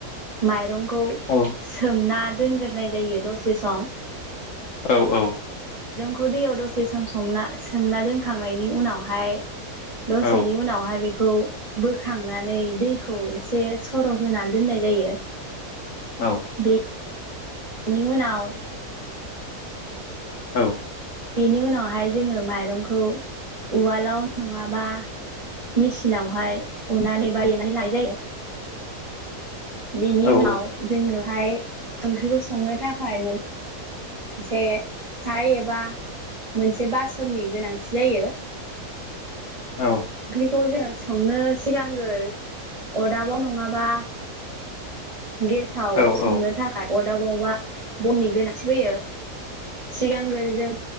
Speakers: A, on the right; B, on the left.
A: माइं
B: औ
A: सोमना दो दोनग्रोनाय जायो दसे सम
B: औ-औ
A: खौ दैयाव दसे सम समना सोमना दोनखांनायनि उनावहाय दसेनि
B: औ
A: उनावहाय बेखौ बोखांनानै दैखौ एसे सर' होनानै दोननाय जायो
B: औ
A: बे बेनि उनाव
B: औ
A: बेनि उनावहाय जोङो माइरंखौ उवालाव नङाबा मेचिनावहाय उननानै बा देनानै लानाय जायो बेनि
B: औ
A: उनाव जोङो हाय ओंख्रिखौ संनो थाखाय मोन मोनसे साइ एबा मोनसे बासननि गोनांथि जायो
B: औ
A: थ जों संनो सिगांगोर अरदाबाव नङाबा गेसाव
B: औ
A: संनो
B: औ
A: थाखाय अरदाबावबा बननि गोनांथि फैयो सिगांग्रो जों